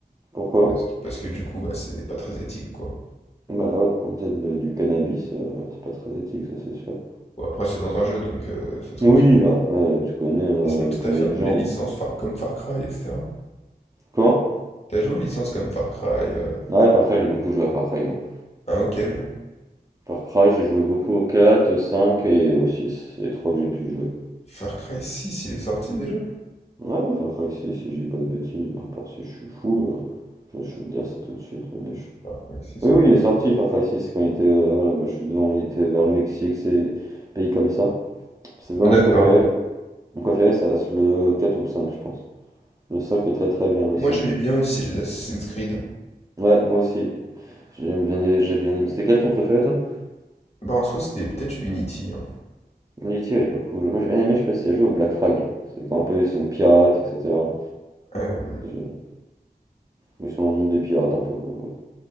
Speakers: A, on the right; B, on the left.
A: Pourquoi?
B: Parce que, parce que du coup, bah, c'est pas très éthique, quoi.
A: Bah, ouais, de planter de- du cannabis, euh, c'est pas très éthique, ça, c'est sûr.
B: Bon, après, c'est dans un jeu, donc euh, c'est tranquille.
A: Oui, bah, après, tu connais, euh,
B: Et sinon, tout
A: tu connais
B: à fait
A: les
B: un peu
A: gens,
B: les licences
A: hein.
B: Far- comme Far Cry, etc.
A: Comment?
B: T'as joué aux licences comme Far Cry euh,
A: Ouais, Far Cry, j'ai beaucoup joué à Far Cry, moi.
B: un auquel?
A: Far Cry, j'ai joué beaucoup au 4, au 5 et au six C'est les trois que j'ai pu jouer.
B: Far Cry 6, il est sorti déjà?
A: Ouais, Far Cry 6 si j'ai pas de bêtises, à part si je suis fou, euh, je je vais te dire ça tout de suite. Mais je-
B: Far Cry 6,
A: Oui,
B: ouais.
A: oui, il est sorti Far Cry 6 quand il était. euh, voilà, bah, je suis devant, il était vers le Mexique, ces pays comme ça. C'est vraiment
B: D'accord.
A: mon préféré. Mon mon préféré, ça reste le 4 ou le 5, je pense. Le 5 est très très bien, le 5.
B: Moi, j'aimais bien aussi les Assassin's Creed.
A: Ouais, moi aussi. J'aime bien, les- j'ai bien aimé. C'était quel ton préféré, toi?
B: Bah, en soi, c'était peut-être Unity. hein.
A: Unity, ouais, j'ai beaucoup. joué. Moi, j'ai bien aimé, je sais pas si tu as joué au Black Frag. C'est quand un peu, ils sont pirates, etc.
B: Euh,
A: J'ai- Ils sont dans le monde des pirates un peu quoi. voilà.